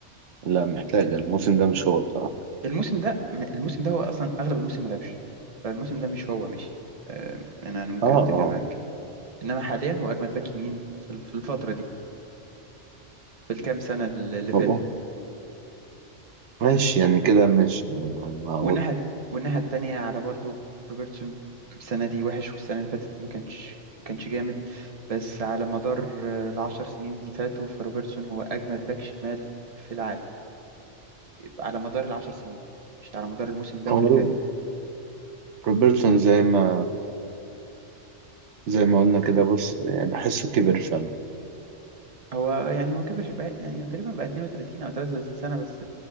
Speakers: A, on the right; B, on the right.
A: لا محتاجه الموسم ده مش هو بصراحه
B: الموسم ده م- الموسم ده هو أصلا أغلب الموسم ما لعبش فالموسم ده مش هو ماشي آم، أنا أنا ممكن
A: اه
B: أتفق
A: اه
B: معاك انما حاليا هو اجمد باك يمين في ال- في الفتره دي بالكام سنة اللي فاتوا
A: هو ماشي يعني كده ماشي أنا معقول
B: والناحية والناحية التانية على برضو روبرتسون السنة دي وحش والسنة اللي فاتت ما كانش ما كانش جامد بس على مدار آه، العشر سنين اللي فاتوا فروبرتسون هو أجمد باك شمال في العالم على مدار العشر سنين مش على مدار الموسم ده
A: هو
B: واللي
A: روب-
B: فات
A: روبرتسون زي ما زي ما قلنا كده بص يعني بحسه كبر فعلا
B: هو يعني هو كبر شو- بقى- يعني هو تقريبا بقى 32 أو 33 سنة بس